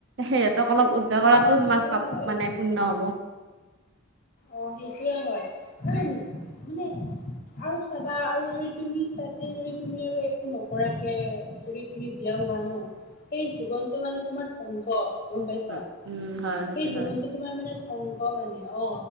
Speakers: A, on the right; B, on the left.
A: সেহ অলপ উদ্ধাৰ কৰাটো
B: অ সেইটো
A: তোমাৰ পাপ
B: হয়
A: মানে পূৰ্ণ হ'ব
B: অ সেইটোয়ে হয় কাৰণ মানে আৰু চাবা আৰু যদি তুমি তাতে যদি তুমি আৰু একো নকৰাকে যদি তুমি বিয়া হোৱা ন সেই জীৱনটো মানে তোমাৰ ধ্বংস গম পাইছা
A: উম, উম, হয়, সেইটো
B: সেই জীৱনটো
A: হয়,
B: তোমাৰ মানে ধ্বংস মানে অ